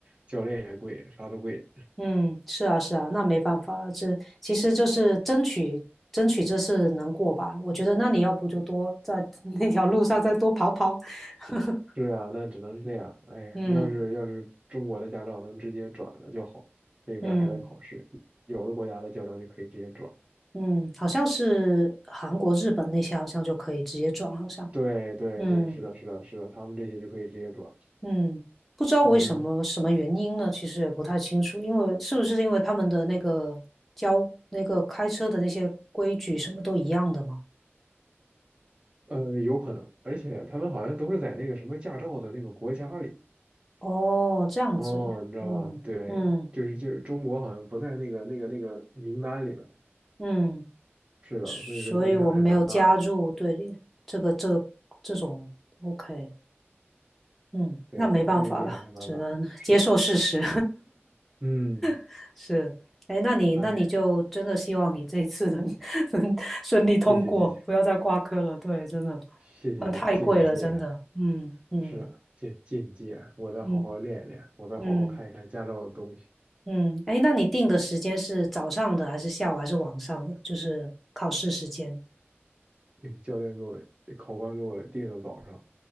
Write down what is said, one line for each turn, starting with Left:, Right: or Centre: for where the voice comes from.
Right: 教练也贵，啥都贵。
Centre: 嗯，是啊，是啊，那没办法了，这其实就是争取争取这次能过吧。我觉得那你要不就多在 <laughs> 那条路上再多跑跑。<laughs>
Right: 是啊，那只能是这样。哎呀要是要是中国的驾照能直接转了就好，
Centre: 嗯
Right: 这边儿还得考试，
Centre: 嗯
Right: 有的国家的驾照就可以直接转。
Centre: 嗯，好像是韩国、日本那些好像就可以直接转，好像。
Right: 对对对，
Centre: 嗯
Right: 是的，是的，是的，他们这些就可以直接转。
Centre: 嗯，不知道为什么什么原因呢？
Right: 嗯哼。
Centre: 其实也不太清楚，因为是不是因为他们的那个交那个开车的那些规矩什么都一样的嘛？
Right: 呃，有可能，而且他们好像都是在那个什么驾照的那个国家里
Centre: 哦，这样子，
Right: 哦，你知道吧？
Centre: 哦，
Right: 对，
Centre: 嗯。
Right: 就是就是中国好像不在那个那个那个名单里面，
Centre: 嗯，
Right: 是的，
Centre: 所以我们没有加入队里，
Right: 所以说影响还蛮大的。
Centre: 这个这这种 OK，嗯，
Right: 对呀，
Centre: 那没办法了，
Right: 这个影响还蛮大，
Centre: 只能 <laughs>
Right: 是的，
Centre: 接受事实。
Right: 嗯，
Centre: <laughs> 是，哎，那你那你就真的希望你这一次能
Right: 哎，
Centre: <laughs> 能顺利通过，
Right: 谢谢谢谢
Centre: 不要再挂科了。对，真的，
Right: 谢谢谢谢，
Centre: 嗯，太贵了，
Right: 借你吉言，
Centre: 真的。嗯嗯
Right: 是的，借借你吉言，我再好好练一练，
Centre: 嗯
Right: 我再好好看一看驾照的东西。
Centre: 嗯嗯，哎，那你定的时间是早上的还是下午还是晚上的？就是考试时间。
Right: 那个教练给我，考官给我定的早上，